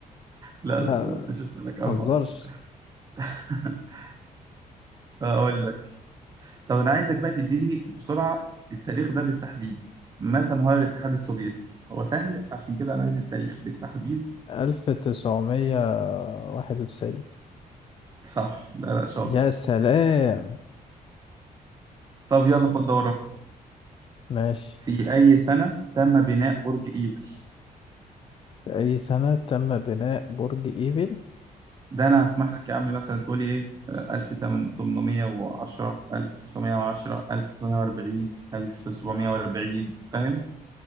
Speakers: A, on the right; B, on the left.
A: لا
B: لا
A: لا خلاص
B: لا،
A: مش هسألك انهار
B: متهزرش
A: <laughs> اقول لك طب أنا عايزك بقى تديني بسرعة التاريخ ده بالتحديد متى انهار الاتحاد السوفيتي هو سهل فعشان كده أنا عايز التاريخ بالتحديد
B: 1991
A: صح لا لا شاطر
B: يا سلام
A: طب يلا خد دورة
B: ماشي
A: في أي سنة تم بناء برج إيفل
B: في أي سنة تم بناء برج إيفل
A: ده أنا هسمح لك يا عم مثلا تقولي إيه 1810 1910 1940 1740 فاهم